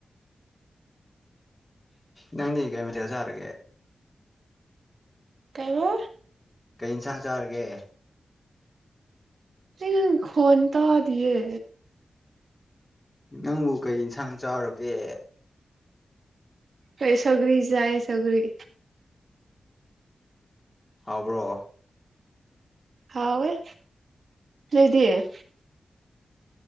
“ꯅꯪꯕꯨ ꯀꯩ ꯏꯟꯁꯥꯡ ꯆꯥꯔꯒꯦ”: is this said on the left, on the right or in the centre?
Left